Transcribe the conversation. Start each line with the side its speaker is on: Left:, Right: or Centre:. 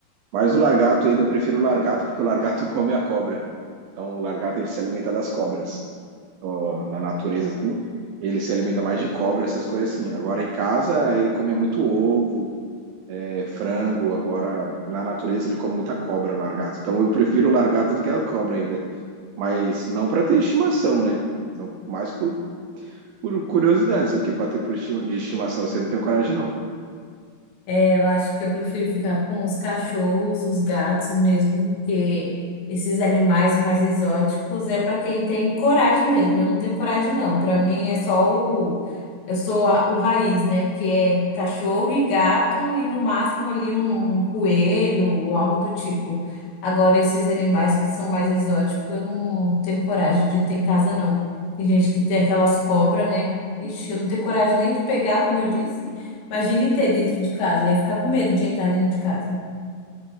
Right: Mas o largato, eu ainda prefiro o largato, porque o largato <laughs> come a cobra. Então o largato ele se alimenta das cobras. Ó, na natureza, assim, ele se alimenta mais de cobra, essas coisas assim. Agora em casa, ele comia muito ovo, é, frango, agora na natureza ele come muita cobra, o largato. Então eu prefiro o largato do que a cobra ainda. Mas não para ter estimação, né? Não, mais por, por curiosidade, assim, porque para ter por estima, de estimação você não tem coragem, não.
Left: É, eu acho que eu prefiro ficar com os cachorros, os gatos mesmo, porque esses animais mais exóticos é para quem tem coragem mesmo. Eu não tenho coragem, não. Para mim é só o. Eu sou a- o raiz, né? Que é cachorro e gato e no máximo ali um um coelho ou algo do tipo. Agora, esses animais que são mais exóticos, eu não tenho coragem de ter em casa, não. Tem gente que tem aquelas cobras, né? Ixi, eu não tenho coragem nem de pegar, como eu disse. Imagine ter dentro de casa, ia ficar com medo de entrar dentro de casa.